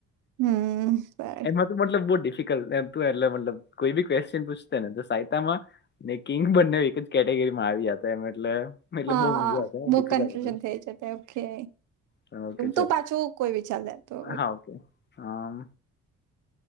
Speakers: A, on the right; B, on the left.
A: હમ્મ બે
B: એમાં તો મતલબ બહુ ડિફિકલ્ટ તું એટલે મતલબ કોઈ બી ક્વેશ્ચન પૂછને તો સાયતામાં ને કિંગ બંને એક જ કેટેગરીમાં આવી્યા હતા એમ એટલે મતલબ
A: હા
B: બહુ મજા આવતો
A: બહુ
B: દેખી
A: કન્ફ્યુઝન
B: આ બધું.
A: થઈ જતે ઓકે
B: હા, ઓકે ચાલ.
A: તું પાછું કોઈ વિચાર લે તો
B: હા ઓકે હમ્મ.